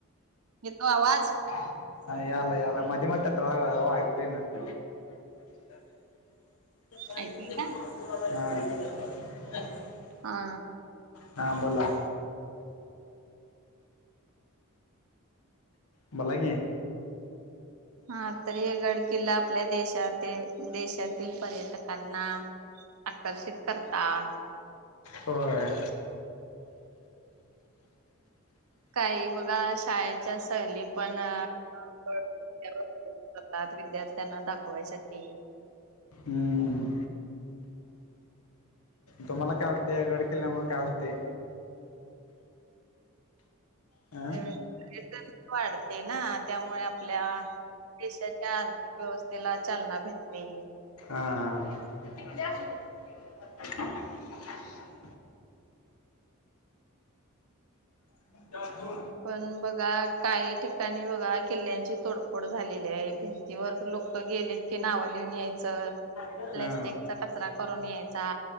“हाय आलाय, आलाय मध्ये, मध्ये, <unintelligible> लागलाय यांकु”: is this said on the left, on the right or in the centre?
Left